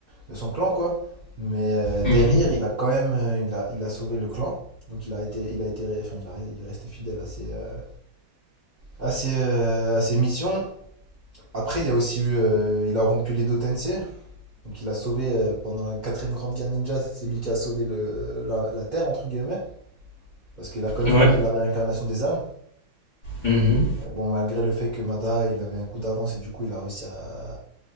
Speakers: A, on the right; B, on the left.
A: de son clan, quoi. Mais euh, derrière,
B: mhm.
A: il a quand même euh, il a, il a sauvé le clan. Donc il a été, il a été, enfin, il a- il est resté fidèle à ses, euh, à ses, euh, à ses missions. Après, il y a aussi eu, euh, il a rompu les deux Tensei. Donc il a sauvé, euh, pendant la quatrième grande guerre ninja, c'est lui qui a sauvé le, la, la Terre, entre guillemets. Parce qu'il a quand même
B: Ouais.
A: stoppé la réincarnation des âmes.
B: mhm.
A: Euh, Bon, malgré le fait que Madara, il avait un coup d'avance et du coup, il a réussi à,